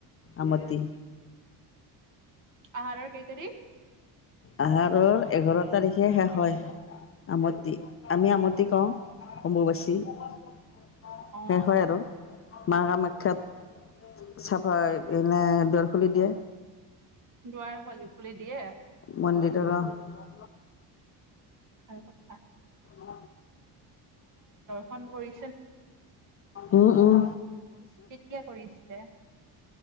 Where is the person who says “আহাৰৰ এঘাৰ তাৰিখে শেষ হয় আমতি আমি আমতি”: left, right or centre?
Left